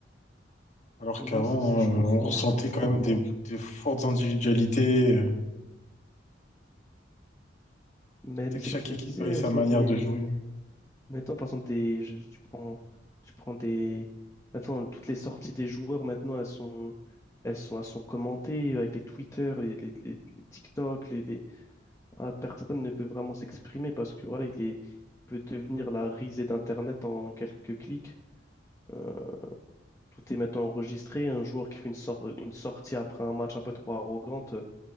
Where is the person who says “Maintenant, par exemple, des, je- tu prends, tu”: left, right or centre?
Left